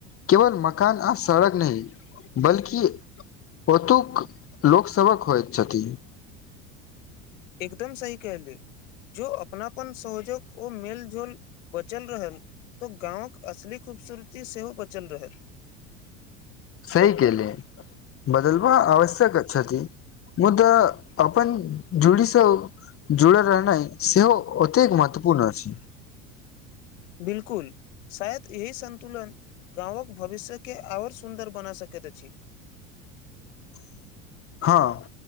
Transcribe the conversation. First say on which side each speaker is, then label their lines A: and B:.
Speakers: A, on the left; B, on the left.
A: केवल मकान आ सड़क फक नहि, बल्कि ओतुक लोकसभक होइत छथिन।
B: एकदम सही कहलियै। जो अपनापन, सहयोग, ओ मेलझोल बचल रहल। तऽ गामवक असली खूबसूरती, सेहो बचल रहत।
A: सही कहलउ बदलबा आवश्यक छथि। मुदा अपनन जुड़ीसँ जुड़ल रहनाइ सेहो ओतेक महत्वपूर्ण अछि।
B: बिलकुल। शायद, एहि सन्तुलन गामक भविष्यके आओर सुन्दर बना सकैत अछि।
A: <unintelligible> हँ,